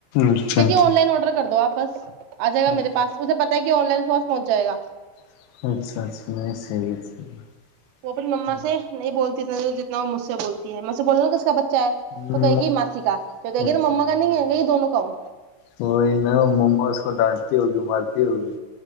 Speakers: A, on the left; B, on the right.
A: اچھا
B: کہتیے
A: اچھا
B: آن لائن آرڈر کر د دو آپ بس <unintelligible> آ جائے گا
A: اچھا
B: میرے پس مجے پتا کہ آن لائن کاس پہنچ جائےا
A: <unintelligible>
B: وہ اپنی مما
A: ہے۔
B: سے نہیں بولتی جتنا جتنا وہ مج سے بولتی ہے میں سے بولناا ک اس کا بچہ چ ہے
A: ہاں،
B: تو کہے گی ماسی کا تو کہے
A: اچھا
B: گییر مما
A: وہی
B: کا نہیں ہے کہ یہ دونوں کاؤ
A: وہی نا مما اس ڈانٹتی ہوگی مرتی ہوگی